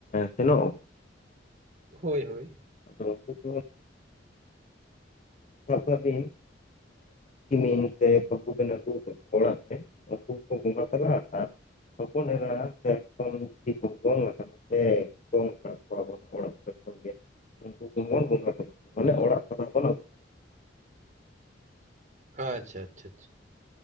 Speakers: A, on the left; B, on the right.
A: ᱥᱮᱱᱚᱜ-ᱟ ᱼᱼ
B: ᱦᱳᱭ ᱦᱳᱭ
A: ᱟᱫᱚ ᱩᱱᱠᱩ ᱫᱚ ᱼᱼ ᱥᱟᱵ ᱠᱟᱜ ᱵᱤᱱ ᱠᱤᱢᱤᱱ ᱥᱮ ᱵᱟᱦᱩ ᱵᱤᱱ ᱟᱹᱜᱩ ᱠᱮᱫᱮ ᱚᱲᱟᱜ ᱛᱮ ᱩᱱᱠᱩ ᱠᱚ ᱵᱚᱸᱜᱟ ᱛᱟᱞᱟ <unintelligible> ᱦᱮᱸ <unintelligible> ᱼᱼ ᱩᱱᱠᱩ ᱠᱚ ᱵᱚᱱ ᱵᱚᱸᱜᱟ <unintelligible> ᱼᱼ
B: ᱟᱪᱪᱷᱟ ᱟᱪᱪᱷᱟ ᱟᱪᱷᱟ ᱾